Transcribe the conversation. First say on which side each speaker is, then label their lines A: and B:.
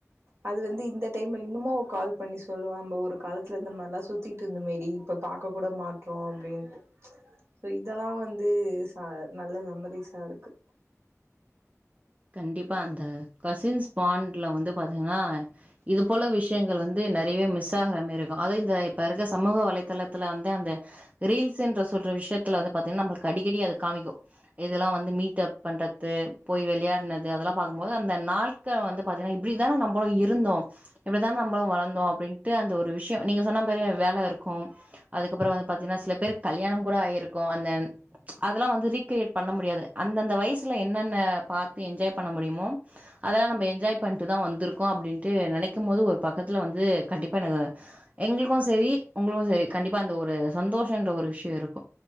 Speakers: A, on the right; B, on the right.
A: அது வந்து இந்த டைம்ல இன்னுமோ அவ கால் பண்ணி சொல்லுவா நம்ம ஒரு காலத்துல இந்த மாரிலா சுத்திட் டு இந்தமாறி இப்ப பாக்க கூட மாட்றோ அப்டின் சோ இதெல்லா வந்து ச நல்ல மெமரிஸா இருக்கு
B: கண்டிப்பா அந்த கசின்ஸ் பாண்ட்ல வந்து பாத்தீங்கன்னா இது போல விஷயங்கள் வந்து நிறையவே மிஸ் ஆகுற மாரிக்கு அது இந்த இப்ப இருக்க சமூக வலைதளத்துல வந்து அந்த ரீல்ஸ்சுன்ற சொல்ற விஷயத்துல வந்து பாத்தீங்கன்னா நம்மளுக்கு அடிக்கடி அது காமிக்கு இதெல்லா வந்து மீட் அப் பண்றது போய் விளையாடினது அதெல்லா பாக்கும்போது அந்த நாள் க்கா வந்து பாத்தீங்கன்னா இப்டிதா நம்பளு இருந்தோ இப்டித்தா நம்ப வளந்தோ அப்டின்ட்டு அந்த ஒரு விஷயோ நீங்க சொன்ன மாரி வேல இருக்கு அதுக்கப்புறோ வந்து பாத்தீங்கன்னா சில பேருக்கு கல்யாணோ கூட ஆயிருக்கு அந்த அதெல்லா வந்து ரீக்ரியேட் பண்ண முடியாது அந்தந்த வயசுல என்னென்ன பாத் து எஞ்ஜாய் பண்ண முடியுமோ அதெல்லா நம்ம எஞ்ஜாய் பண்ட்டு தா வந்துருக்கோ அப்டின்ட்டு நினைக்கும் போது ஒரு பக்கத்துல வந்து கண்டிப்பா ந எங்களுக்கு சரி உங்களுக்கு சரி கண்டிப்பா அந்த ஒரு சந்தோஷோன்ற ஒரு விஷயோ இருக்கு